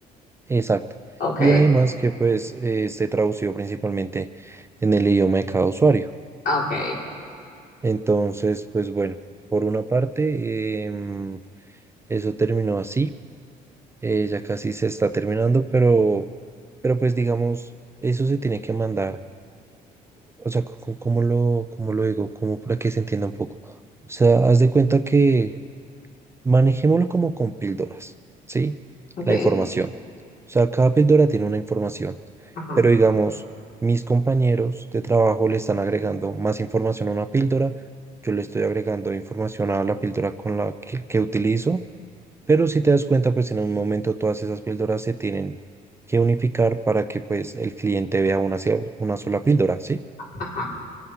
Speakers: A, on the right (about 15°); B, on the left (about 60°).
A: Exacto.
B: Ok,
A: Y además que pues eh, esté traducido principalmente en el idioma de cada usuario.
B: ah, ok,
A: Entonces, pues bueno, por una parte, em, eso terminó así. eh, ya casi se está terminando, pero, pero pues digamos, eso se tiene que mandar. O sea, ¿cómo, cómo lo, cómo lo digo? Como para que se entienda un poco. O sea, haz de cuenta que manejémoslo como con píldoras, ¿sí?
B: ok,
A: La información. O sea, cada píldora tiene una información,
B: ajá,
A: pero digamos, mis compañeros de trabajo le están agregando más información a una píldora, yo le estoy agregando información a la píldora con la que que utilizo pero si te das cuenta, pues en un momento todas esas píldoras se tienen que unificar para que pues el cliente vea una, se- una sola píldora, ¿sí?
B: ajá.